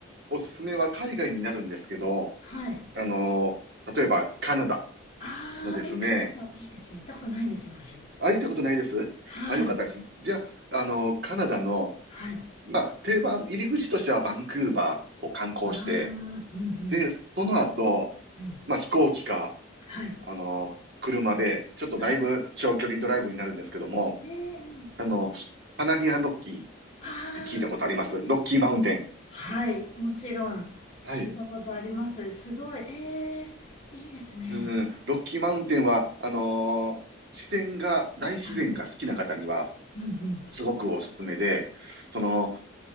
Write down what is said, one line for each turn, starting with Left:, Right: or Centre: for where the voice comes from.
Right: おすすめは海外になるんですけど、
Left: はい。
Right: あのー例えばカナダ
Left: ああ、
Right: のですね、
Left: え、カナダ、いいですね。行ったことないんですよ、私。
Right: あ、行ったことないですあ、
Left: はい。
Right: よかったです。じゃあ、あのーカナダの、
Left: はい。あ
Right: まあ、定番、入り口としてはバンクーバーを観光して、
Left: あ、うんうん。
Right: で、その後、
Left: うん。
Right: まあ、飛行機か、
Left: はい。は
Right: あのー車で、ちょっとだいぶ長距離ドライブになるんですけども、
Left: い。ねえ、うん
Right: あの、カナディアンロッキーっ
Left: ああ、
Right: て聞いたことありますロッキーマウンテン。
Left: いいですね。はい、もちろん聞いたことあります。
Right: はい。
Left: すごい、ええ、いいですね。
Right: うん、ロッキーマウンテンは、あのー自然が、大自然が好きな方には、
Left: はい。うんうん。
Right: すごくおすすめで、その、